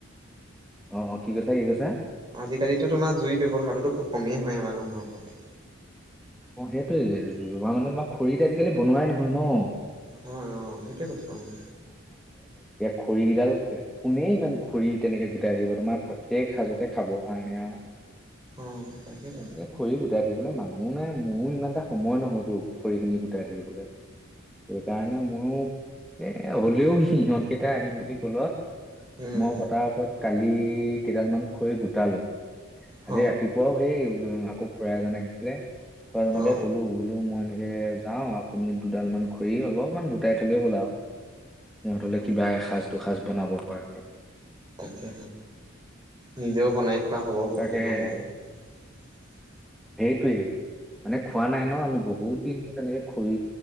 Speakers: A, in the centre; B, on the right.
A: অ অ কি কৈছা কি কৈছা।
B: আজিকালিতো তোমাৰ জুইৰ ব্যৱহাৰটোতো খুব কমেই হয় আমাৰ মানুহৰ ঘৰত।
A: অ সেইটোয়ে জুইৰ মানে তোমাৰ খৰিত আজিকালি বনোৱাই নহয় ন।
B: নহয় অ সেইটোৱে কৈছোঁ। অ।
A: খৰি কেইডাল কোনে ইমান খৰি তেনেকে গোটাই থাকিব তোমাৰ প্ৰত্যেক সাজতে খাব কাৰণে আৰু।
B: অ' তাকেইতো।
A: তেনেকে খৰি গোটাই থাকিবলৈ মানুহ। নাই মোৰো ইমান এটা সময় নহয়তো খৰি খিনি গোটাই থাকিবলে। সেইকাৰণে
B: অ
A: মইয়ো। এ হ'লেও সিহঁতকেইটা আহিম বুলি ক'লত।
B: উম
A: মই ফতাফত। কালি কেইডাল মান খৰি গোটালো।
B: হ
A: আজি ৰাতিপুৱাও সেই উ আকৌ। খুড়া এজন আহিছিলে। খুড়া এজনকে
B: অ
A: ক'লো বোলো মই এনেকে। যাওঁ আপুনি দুডাল মান খৰি অলপমান গোটাই থ'লে হ'ল আও। সিহঁত হ'লে
B: অ
A: কিবা এসাঁজ দুসাঁজ। বনাব পৰাকে।
B: তাকে নিজেও বনাই খোৱা হ'ব বহুত
A: তাকে
B: দিনৰ মূৰত।
A: <unintelligible> মানে খোৱা নাই ন আমি বহুত। তেনেকে খৰি